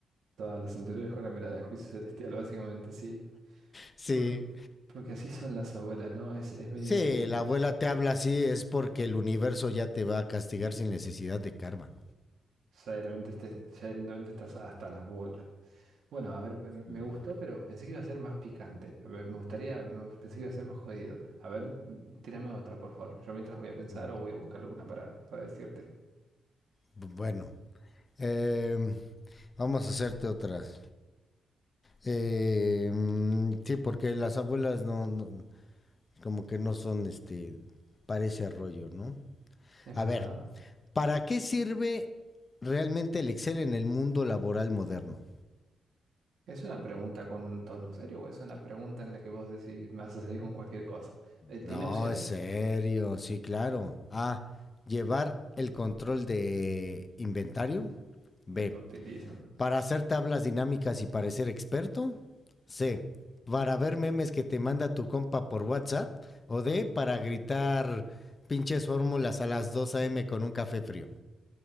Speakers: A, on the right; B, on the left.
A: Todas las anteriores con la mirada de juicio celestial, básicamente, sí.
B: Sí.
A: Porque, porque así son las abuelas, ¿no? Es, es medio
B: Sí,
A: increíble.
B: la abuela te habla así, es porque el universo ya te va a castigar sin necesidad de karma.
A: Ya directamente, estés- ya directamente estás hasta las bolas. Bueno, a ver, me me
B: Mm,
A: gustó, pero pensé que iba a ser más picante. A ver, me gustaría, me- pensé que iba a ser más jodido. A ver, mm, tírame otra, por favor. Yo mientras voy a pensar
B: mm.
A: o voy a buscar alguna para, para decirte.
B: Bueno, eh, vamos a hacerte otras. Eh, mm, sí, porque las abuelas no, no- como que no son este, parece rollo, ¿no?
A: ¿Es
B: A
A: verdad?
B: ver, ¿Para qué sirve realmente el Excel en el mundo laboral moderno?
A: ¿Es una pregunta con un tono serio o es una pregunta en la que vos decís, me vas a salir con cualquier cosa? Eh, ¿Tiene
B: No,
A: opciones?
B: es serio, sí, claro. A. Llevar el control de inventario.
A: Lo
B: B.
A: utilizan.
B: Para hacer tablas dinámicas y parecer experto. C. Para ver memes que te manda tu compa por WhatsApp. O D. Para gritar pinches fórmulas a las 2 a.m. con un café frío.